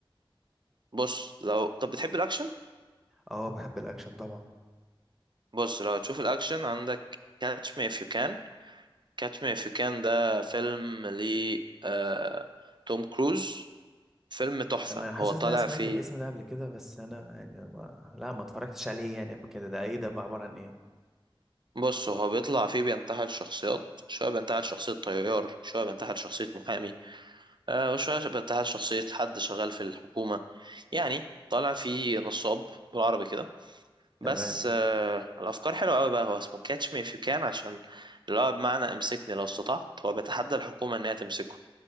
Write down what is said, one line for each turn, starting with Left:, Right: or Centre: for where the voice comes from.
Right: بص لو طب بتحب الأكشن
Centre: اه بحب الاكشن طبعا
Right: بص لو هتشوف الأكشن عندك كاتش مي اف يو كان كاتش مي اف يو كان ده فيلم ل آه... توم كروز فيلم تحفة
Centre: انا
Right: هو
Centre: حاسس
Right: طالع
Centre: ان انا سمعت
Right: فيه
Centre: الاسم ده قبل كده بس انا يعني ما... لا ما اتفرجتش عليه يعني قبل كده ده ايه ده بقى عباره عن ايه
Right: بص هو بيطلع فيه بينتحل شخصيات شوية بينتحل شخصية طيار شوية بينتحل شخصية محامي آه وشوية بينتحل شخصية حد شغال في الحكومة يعني طالع فيه نصاب بالعربي كده بس
Centre: تمام
Right: آه الأفكار حلوة أوي بقى هو اسمه كاتش مي إف يو كان عشان اللي هو بمعنى امسكني لو استطعت هو بيتحدى الحكومة إنها تمسكه